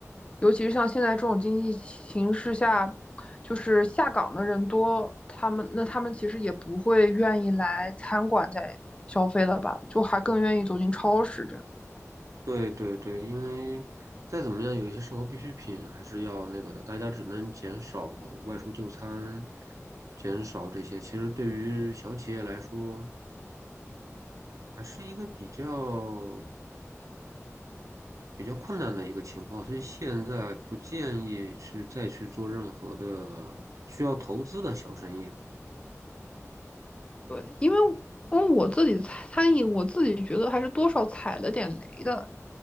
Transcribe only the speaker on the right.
对对对，因为再怎么样，有一些生活必需品还是要那个的，大家只能减少外出就餐，减少这些。其实对于小企业来说，还是一个比较比较困难的一个情况，所以现在不建议去再去做任何的需要投资的小生意了